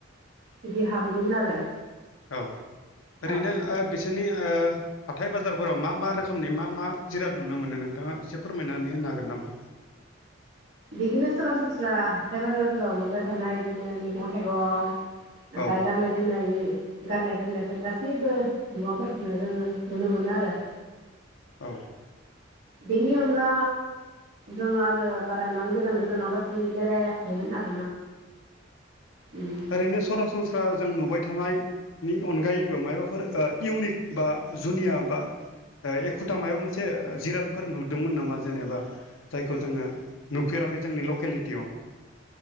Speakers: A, on the right; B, on the left.
A: बिदि हाबहैदोंमोन आरो।
B: औ ओरैनो
A: औ
B: ओ बिसोरनि ओ हाथाय बाजारफोराव मा मा रोखोमनि मा मा जिराद नुनो मोनो नोंथाङा एसे फोरमायनानै होनो हागोन नामा?
A: बिदिनो सरासनस्रा हाथाय बाजारफोराव मोनबाय थानाय बिदिनो मैगं थाइगं ओमफाय
B: औ
A: गाननाय जोमनायनि गाननाय जोमनायफोर गासैबो मुवाफोरखौनो जोङो नुनो मोनो आरो।
B: औ।
A: बेनि अनगा जोंङो आरो बारा एमान गोजान गोजानावलासि बेरायाखैमोन आरो उम
B: ओरैनो सरासनस्रा जों नुबाय थानाय नि अनगायैबो मायबाफोर ओ इउनिक बा जुनिया बा ओ एखुथा मायबा मोनसे जिरादफोर नुदोंमोन नामा जेनेबा? जायखौ जोङो नुफेराखै जोंनि लकेलिटियाव।